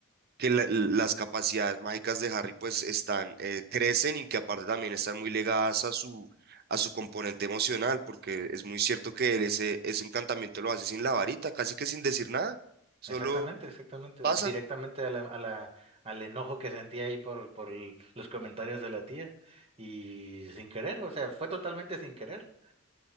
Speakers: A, on the right (about 45°); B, on the right (about 25°).
A: que la- las capacidades mágicas de Harry pues están, eh, crecen y que aparte también están muy ligadas a su, a su componente emocional, porque es muy cierto que él ese, ese encantamiento lo hace sin la varita, casi que sin decir nada, solo
B: Exactamente, exactamente,
A: pasa.
B: a- directamente a la, a la, al enojo que sentía ahí por, por l- los comentarios de la tía y sin querer, o sea, fue totalmente sin querer.